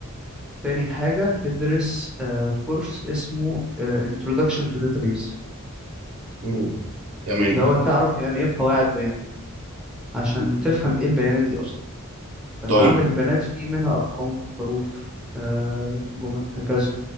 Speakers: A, in the centre; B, on the right.
A: تاني حاجة تدرس آه، كورس اسمه آه، Introduction to Database
B: مم. تمام
A: اللي هو تعرف يعني إيه قواعد بيانات عشان
B: مم.
A: تفهم إيه البيانات دي أصلا فأنت
B: طيب
A: عندك بيانات في منها أرقام حروف آه، جمل هكذا